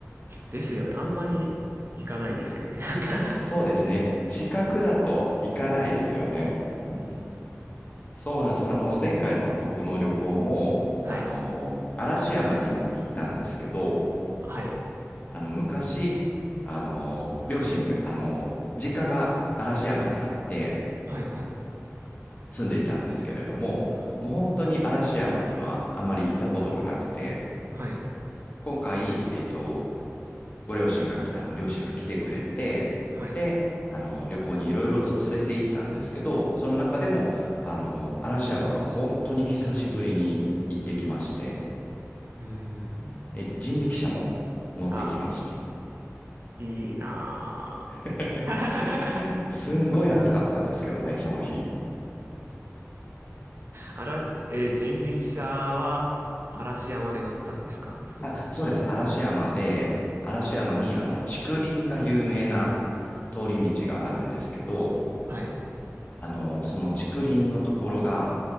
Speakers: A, on the right; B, on the left.
A: ですよね。あんまり行かないですよね。<laughs> なんか
B: そうですね。近くだと行かないですよね。
A: <laughs> うん。
B: そうなんです。あの、前回の僕の旅行も、
A: はい。
B: あの、嵐山にも行ったんですけど、
A: はい。
B: あの、昔、あの、両親が、あの、実家が嵐山にあって
A: はい、はい。
B: 住んでいたんですけれども、もう本当に嵐山にはあまり行ったことがなくて、
A: はい。
B: 今回、えっと、ご両親があの、両親が来てくれて、
A: はい。
B: で、あの、旅行にいろいろと連れて行ったんですけど、その中でも、あの、嵐山が本当に久しぶりに行ってきまして、
A: うーん。
B: で人力車も乗ってきまして。
A: あ、いいな
B: <laughs>
A: ぁ。<laughs>
B: すんごい暑かったんですけどね、その日。
A: あら、えー人力車は嵐山で乗ったんですかその、
B: あ、そうです。嵐山で、嵐山に、あの、竹林が有名な通り道があるんですけど、
A: はい。
B: あの、その竹林のところが、